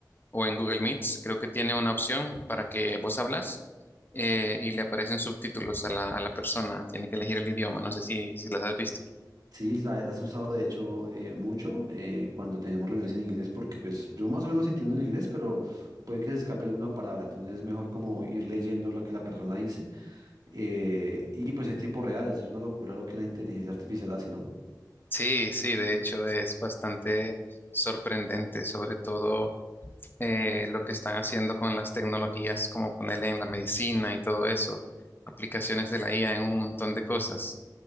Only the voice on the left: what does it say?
o en Google Meets, creo que tiene una opción para que vos hablas eh, y le aparecen subtítulos a la, a la persona. Tiene que elegir el idioma. No sé si, si las has visto.
Sí, sí, de hecho es bastante sorprendente, sobre todo. eh, lo que están haciendo con las tecnologías, como ponerle en la medicina y todo eso, aplicaciones de la IA en un montón de cosas.